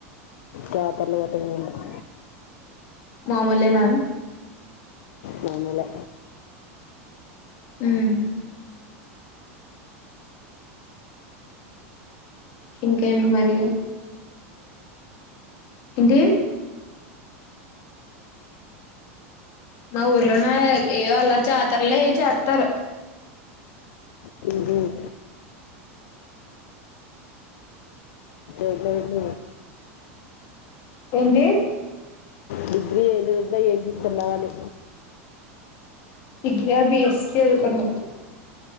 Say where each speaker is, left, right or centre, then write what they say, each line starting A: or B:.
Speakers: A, on the left; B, on the left.
A: జాతర లేదు ఏం లేదు
B: మామూలేన
A: మామూలే
B: ఉమ్ సింకేనికి మరి ఏంటి మా ఊర్లోనే ఏవో అలా చేతారులే ఏ చెత్తారు
A: హమ్ హమ్ హమ్
B: ఎన్టీ
A: డిగ్రీ నలభై ఇక నాని
B: డిగ్రీ ఆ బి ఎస్ సి వెళ్తున్న